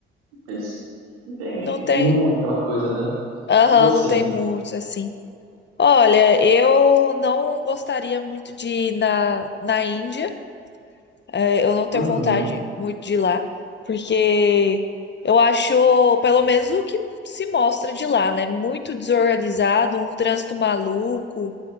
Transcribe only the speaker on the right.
Mas entende
que
um, aquela coisa, né?
E você?
Uhum.